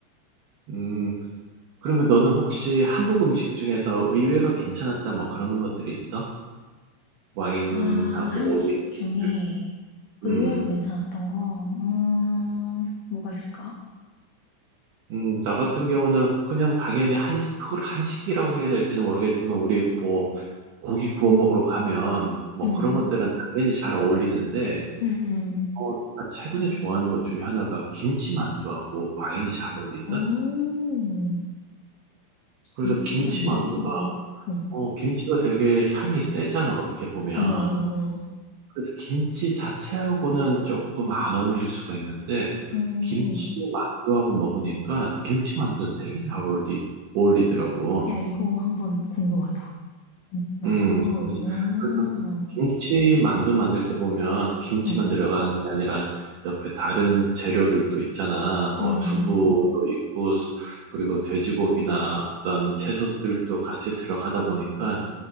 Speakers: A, on the right; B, on the left.
A: 음, 그러면 너는 혹시 한국 음식 중에서 의외로 괜찮았다 뭐 그런 것들이 있어? 와인하고
B: 아, 한식
A: 어울리는
B: 중에
A: 것들.
B: 의외로
A: 음,
B: 괜찮았던 거, 음, 뭐가 있을까?
A: 음, 나 같은 경우는 그냥 당연히 한식, 그걸 한식이라고 해야 될지는 모르겠지만 우리 뭐 고기 구워 먹으러 가면 뭐
B: 응,
A: 그런 것들은 당연히 잘 어울리는데
B: 응, 응.
A: 어, 나 최근에 좋아하는 것 중에 하나가 김치만두하고 와인이 잘 어울린다?
B: 오,
A: 그래서
B: 김치만두.
A: 김치만두가,
B: 어,
A: 어, 김치가 되게 향이 세잖아, 어떻게 보면.
B: 어, 어. 어.
A: 그래서 김치 자체하고는 조금 안 어울릴 수가 있는데,
B: 음,
A: 김치만두하고 먹으니까 김치만두는 되게 잘 어울리, 어울리더라고.
B: 야, 이거 한번 궁금하다. 만두.
A: 음, 그-
B: 음.
A: 그래서 김치 만두 만들 때 보면 김치만
B: 응.
A: 들어가는 게 아니라 옆에 다른 재료들도 있잖아. 뭐
B: 응.
A: 두부도 있고 그리고 돼지고기나 어떤 채소들도 같이 들어가다 보니까